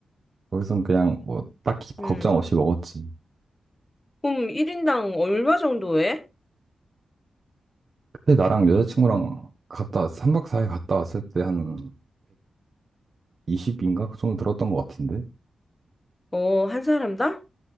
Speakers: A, on the right; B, on the left.
A: 거기선 그냥 뭐 딱히 걱정
B: 음.
A: 없이 먹었지.
B: 그럼 1인당 얼마 정도 해?
A: 그때 나랑 여자친구랑 갔다 3박 4일 갔다 왔을 때 한 120인가 그 정도 들었던 것 같은데.
B: 어, 한 사람당?